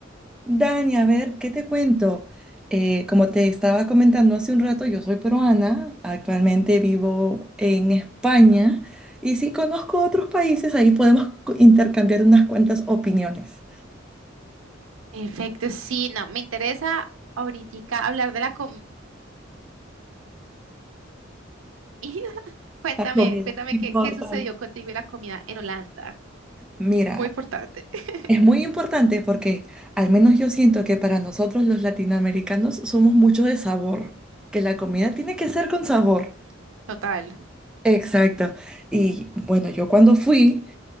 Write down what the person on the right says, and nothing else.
Perfecto, sí, no, me interesa ahorita hablar de la comida. <laughs> Cuéntame,
cuéntame
qué, qué sucedió contigo y la comida en Holanda.
Muy importante. <laughs>
Total.